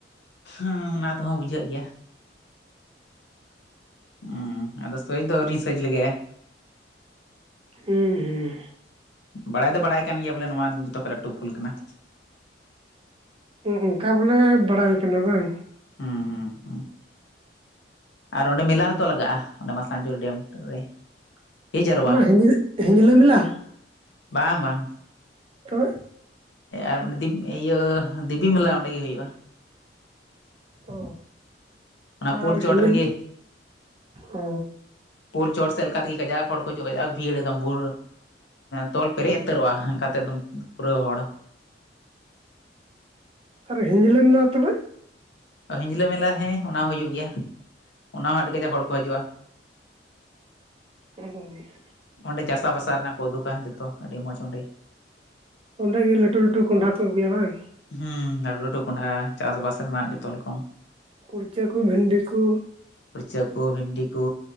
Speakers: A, on the left; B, on the right.
A: ᱦᱮᱸ ᱚᱱᱟ ᱛᱮᱦᱚᱸ ᱵᱩᱡᱷᱟᱹᱜ ᱜᱮᱭᱟ ᱦᱩᱸ ᱟᱫᱚ ᱥᱟ. ᱡ ᱟᱹᱣᱨᱤᱧ ᱥᱟᱹᱡ ᱞᱮᱜᱟ. ᱭᱜ ᱮ
B: ᱦᱩᱸ ᱦᱩᱸ
A: ᱵᱟᱲᱟᱭ ᱫᱚ ᱵᱟᱲᱟᱭ ᱠᱟᱱ ᱜᱮᱭᱟ ᱵᱚᱞᱮ ᱱᱚᱶᱟ ᱡᱚᱛᱚ ᱠᱷᱚᱡ ᱞᱟᱹᱴᱩ ᱯᱩᱞ ᱠᱟᱱᱟ᱾
B: ᱦᱩᱸ ᱦᱩᱸ ᱚᱝᱠᱟ ᱵᱚᱞᱮ ᱵᱟᱲᱟᱭ ᱦᱩᱭ ᱟᱠᱟᱱᱟ ᱵᱟᱝ
A: ᱦᱩᱸ ᱦᱩᱸ ᱦᱩᱸ ᱟᱨ ᱚᱸᱰᱮ ᱢᱮᱞᱟ ᱦᱚᱸᱛᱚ ᱞᱟᱜᱟᱜ-ᱟ ᱚᱸᱰᱮ ᱢᱟᱥᱟᱝᱡᱳᱲ ᱰᱮᱢ ᱨᱮ ᱦᱮ ᱡᱟᱨᱣᱟ
B: ᱚᱱᱟ ᱦᱤᱧᱟ ᱦᱤᱧᱡᱽᱞᱟᱹ ᱢᱮᱞᱟ
A: ᱵᱟᱝ ᱵᱟᱝ
B: ᱛᱚᱵᱮ
A: ᱟᱨ ᱤᱭᱟᱹ ᱫᱤᱵᱤ ᱢᱮᱞᱟ ᱚᱸᱰᱮ ᱜᱮ ᱦᱩᱭᱩᱜ-ᱟ
B: ᱚ
A: ᱚᱱᱟ ᱯᱩᱞ
B: ᱟᱨ
A: ᱪᱚᱴ
B: ᱦᱤᱸᱡᱽᱞᱟᱹ
A: ᱨᱤᱜᱤ
B: ᱚ
A: ᱯᱳᱞ ᱪᱚᱴ ᱥᱮᱫ ᱞᱮᱠᱟ ᱛᱮᱜᱮ ᱜᱟᱡᱟᱜ ᱦᱚᱲ ᱠᱚ ᱦᱤᱡᱚᱜ ᱜᱟᱡᱟᱜ ᱵᱷᱤᱲ ᱮᱠᱫᱚᱢ ᱵᱷᱩᱲ ᱛᱚᱞ ᱯᱮᱨᱮᱡ ᱩᱛᱟᱹᱨᱚᱜᱼᱟ ᱦᱟᱸᱠᱟᱛᱮ ᱮᱠᱫᱚᱢ ᱯᱩᱨᱟᱹ ᱦᱚᱲ
B: ᱟᱨ ᱦᱤᱡᱽᱞᱟᱹ ᱢᱮᱞᱟ ᱛᱚᱵᱮ
A: ᱚ ᱦᱤᱧᱡᱽᱞᱟᱹ ᱢᱮᱞᱟ ᱦᱮᱸ ᱚᱱᱟ ᱦᱚᱸ ᱦᱩᱭᱩᱜ ᱜᱮᱭᱟ ᱚᱱᱟ ᱦᱚᱸ ᱟᱹᱰᱤ ᱠᱟᱡᱟᱠ ᱦᱚᱲ ᱠᱚ ᱦᱤᱡᱩᱜᱼᱟ <inaudible>
B: <inaudible>
A: ᱚᱸᱰᱮ ᱪᱟᱥᱟ ᱵᱷᱟᱥᱟ ᱨᱮᱱᱟᱜ ᱠᱚ ᱩᱫᱩᱜᱟ ᱡᱚᱛᱚ ᱟᱹᱰᱤ ᱢᱚᱸᱡᱽ ᱚᱸᱰᱮ
B: ᱚᱸᱰᱮ ᱜᱤ ᱞᱟᱹᱴᱩ ᱞᱟᱹᱴᱩ ᱠᱚᱸᱦᱚᱰᱟ ᱠᱚ ᱟᱹᱜᱩᱭᱟ ᱵᱟᱝ
A: ᱦᱩᱸ ᱞᱟᱹᱴᱩ ᱞᱟᱹᱴᱩ ᱠᱚᱸᱰᱷᱟᱦᱟ ᱪᱟᱥ ᱵᱟᱥ ᱨᱮᱱᱟᱜ ᱡᱚᱛᱚ ᱨᱚᱠᱚᱢ
B: ᱠᱩᱲᱪᱟᱹ ᱠᱩ, ᱵᱷᱤᱱᱰᱤ ᱠᱩ
A: ᱠᱩᱲᱪᱟ ᱠᱩ ᱵᱷᱤᱱᱰᱤ ᱠᱩ